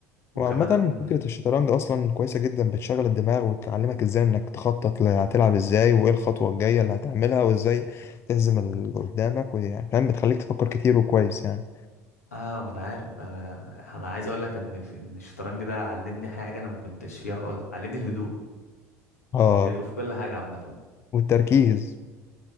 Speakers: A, on the left (about 75°); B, on the left (about 30°).
A: وكمان
B: وعامة فكرة الشطرنج أصلا كويسة جدا بتشغل الدماغ وتعلمك ازاي انك تخطط ل- هتلعب ازاي وايه الخطوة الجاية اللي هتعملها وازاي تهزم اللي قدامك ويعني فاهم بتخليك تفكر كتير وكويس يعني
A: اه ما انا عارف انا انا عايز اقول لك ان في... ان الشطرنج ده علمني حاجه انا ما كنتش فيها خالص علمني الهدوء
B: اه
A: ان الهدوء في كل حاجه عامه
B: والتركيز